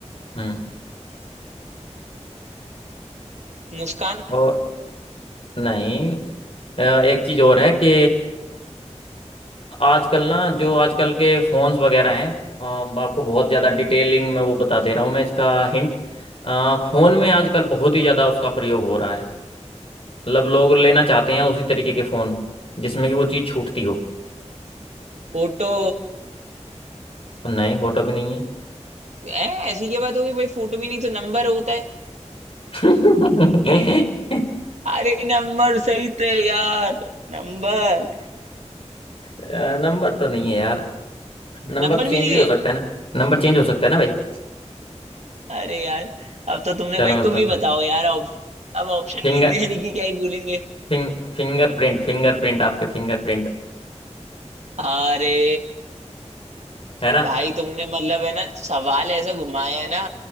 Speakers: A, on the left; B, on the right.
A: हम्म
B: मुस्कान
A: और नहीं अ, एक चीज़ और है कि आजकल ना जो आजकल के फोन्स वगैरह हैं अ, आपको बहुत ज़्यादा डिटेलिंग में वो बता दे रहा हूँ मैं इसका हिंट फ़ोन में आजकल बहुत ही ज़्यादा उसका प्रयोग हो रहा है मतलब लोग लेना चाहते हैं उसी तरीके के फ़ोन जिसमें कि वो चीज़ छूटती हो
B: फोटो
A: और नहीं फोटो भी नहीं है
B: ऐ ऐसी क्या बात होगी भाई फोटो भी नहीं तो नंबर होता है
A: <laughs>
B: अरे नंबर सही थे यार नंबर
A: अ, नंबर तो नहीं है यार नंबर
B: नंबर
A: तो चेंज
B: भी नहीं
A: भी हो
B: है
A: सकता है ना नंबर चेंज हो सकता है ना भाई
B: अरे यार अब तो तुमने
A: चलो
B: भाई
A: मैं बताता
B: तुम ही बताओ
A: हूँ
B: यार अब अब ऑप्शन
A: फिंगर
B: भी देने की क्या ही बोलेंगे
A: फिंग फिंगरप्रिंट फिंगरप्रिंट आपके फिंगरप्रिंट
B: अरे
A: है ना
B: भाई तुमने मतलब है ना सवाल ऐसा घुमाया है ना